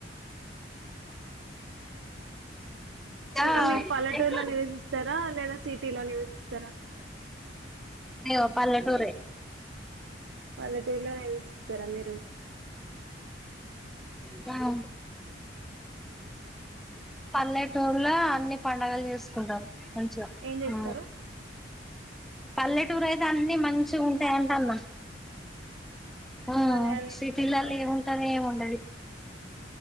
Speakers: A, on the right; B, in the centre.
A: ఇంకా
B: ఆ
A: మీరు పల్లెటూరులో
B: ఇంకా
A: నివసిస్తారా లేదా సిటీలో నివసిస్తారా
B: అయ్యో పల్లెటూరే
A: పల్లెటూరు లో నివసిస్తరా మీరు
B: ఆ పల్లెటూరులో అన్ని పండుగలు చేసుకుంటారు కొంచం
A: ఏం చేస్తారు
B: ఆ పల్లెటూరు అయితే అన్ని మంచిగా ఉంటాయి అంట అన్న ఆ
A: అదే అదే
B: సిటీ లలో ఏం అనే ఏమిండదు